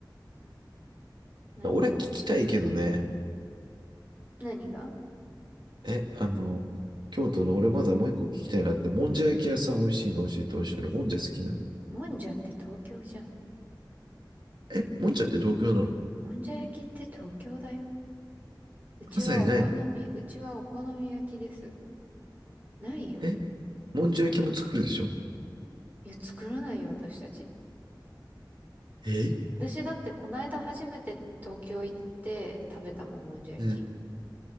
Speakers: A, on the right; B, on the right.
A: 何が
B: 俺聞きたいけどね、
A: 何が
B: え、あの、京都の俺まだもう一個聞きたいなって、もんじゃ焼き屋さん美味しいの教えてほしい。俺もんじゃ好きなの。
A: もんじゃって東京じゃん。
B: え、もんじゃって東京なの
A: もんじゃ焼きって東京だよ。うちはお好み、
B: 関西にないの
A: うちはお好み焼きです。ないよ。
B: え、もんじゃ焼きも作るでしょ
A: ない。いや、作らないよ、私たち。
B: え
A: 私だってこの間初めて東京行って食べたもん、もんじゃ焼き。
B: ね、